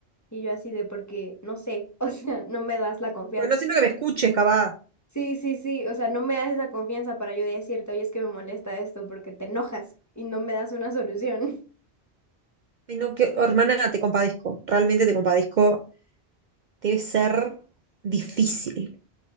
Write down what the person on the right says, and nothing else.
Porque no siento que me escuches, capaz.
Ay, no, que, oh, hermana, te compadezco, realmente te compadezco. Debe ser difícil.